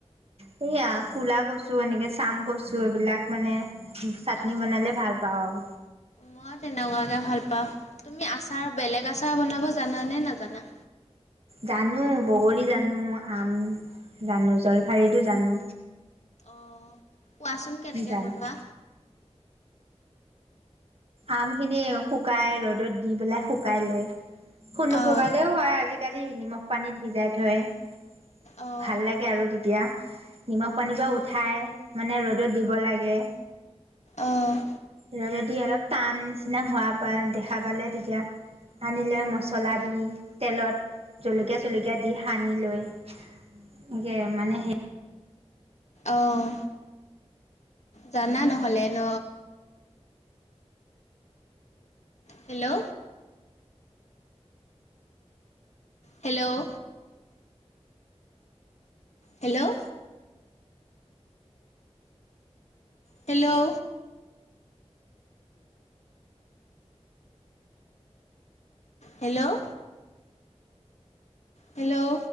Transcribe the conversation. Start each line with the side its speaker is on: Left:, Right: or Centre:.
Right: সেইয়া কুলা কচু টো এনেকে চাম কৈছো এইবিলাক মানে চাটনি
Left: অ'
Right: বনালে ভাল পাওঁ আৰু।
Left: মই তেনেকুৱাকৈ ভাল পাওঁ তুমি আচাৰ বেলেগ আচাৰ বনাব জানানে নাজানা।
Right: জানো বগলী জানো আম জানো জলফাৰিতো জানো।
Left: অঁ কোৱাচোন কেনেকে
Right: জানো
Left: বনোৱা?
Right: আমখিনি শুকাই ৰ'দত দি পেলাই শুকাই লয়। শুনুশু
Left: অ'
Right: কালেও হয় আজিকালি। নিমখ পানীত। ভিজাই থয় ভাল
Left: অ'
Right: লাগে আৰু তেতিয়া। নিমখ পানীৰ পৰা
Left: অ'
Right: উঠাই মানে ৰ'দত দিব লাগে।
Left: অ'
Right: ৰদত দি অলপ টান নিচিনা হোৱা প দেখা পালে তেতিয়া আনি লৈ মছলা দি। তেলত জলকীয়া ছলকীয়া দি সানি লৈ এনেকে মানে সে
Left: আহ জানা নহ'লে ন। Hello hello hello hello hello hello